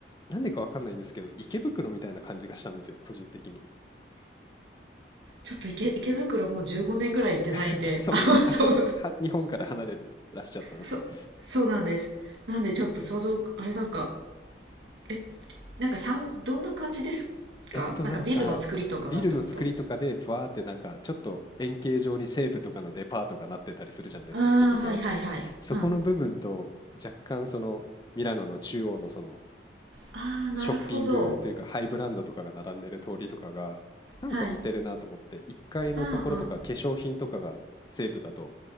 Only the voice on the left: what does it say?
なんでかわかんないんですけど、池袋みたいな感じがしたんですよ、個人的に。
<laughs> そんな、
あ、
そ、は、日本から離れてらっしゃったんですね。
えっと、なんか、ビルの作りとかで、ブワーってなんか、ちょっと円形状に西武とかのデパートがなってたりするじゃないですか、
池袋って。
そこの部分と、
若干その、ミラノの中央のその、
ショッピングというか、ハイブランドとかが並んでる通りとかが、なんか似てるなと思って、
1階のところとか、
化粧品とかが西武だと、